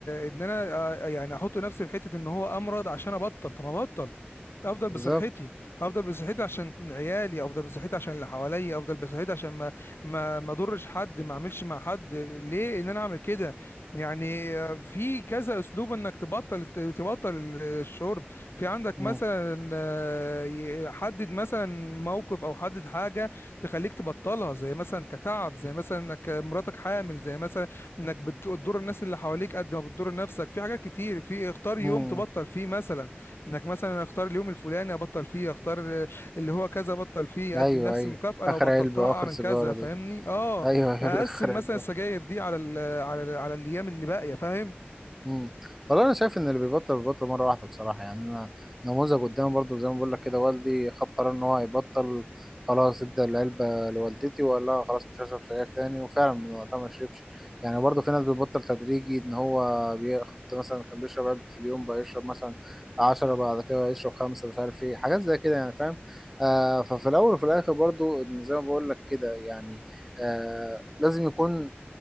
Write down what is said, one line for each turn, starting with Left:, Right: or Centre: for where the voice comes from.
Left: ان انا آه، يعني احط نفسي في حته ان هو امرض عشان ابطل طب ما ابطل افضل
Centre: بالظبط
Left: بصحتي افضل بصحتي عشان عيالي افضل بصحتي عشان اللي حواليا افضل بصحتي عشان ما ما اضرش حد ما اعملش مع حد ليه ان انا اعمل كده يعني آه، في كذا اسلوب انك تبطل تبطل الشرب في عندك
Centre: مم،
Left: مثلا آه، ي- حدد مثلا موقف او حدد حاجه تخليك تبطلها زي مثلا كتعب زي مثلا انك مراتك حامل زي مثلا انك بت- بتضر الناس اللي حواليك قد ما بتضر نفسك في حاجات كتير في اختار
Centre: مم.
Left: يوم تبطل فيه مثلا انك مثلا اختار اليوم الفلاني ابطل فيه اختار اللي هو كذا بطل فيه
Centre: ايوه
Left: ادي لنفسي
Centre: ايوه
Left: مكافأة
Centre: اخر
Left: لو بطلتها
Centre: علبه واخر
Left: اعمل
Centre: سيجاره
Left: كذا فاهمني
Centre: دي
Left: اه
Centre: ايوه يقول
Left: اقسم
Centre: لك اخر علبه
Left: مثلا السجاير دي على ال على ال على الايام اللي باقية فاهم
Centre: مم. والله انا شايف ان اللي بيبطل بيبطل مره واحده بصراحه يعني انا نموذج قدامي برضو زي ما بقول لك كده والدي خد قرار ان هو هيبطل خلاص ادى العلبه لوالدتي وقال لها خلاص مش هشرب سجاير تاني وفعلا من وقتها ما شربش يعني برضو في ناس بتبطل تدريجي ان هو بياخد مثلا كان بيشرب علبه في اليوم بقى يشرب مثلا 10 بعد كده يشرب خمسه مش عارف ايه حاجات زي كده يعني فاهم آه ففي الاول وفي الاخر برضو زي ما بقول لك كده يعني آه لازم يكون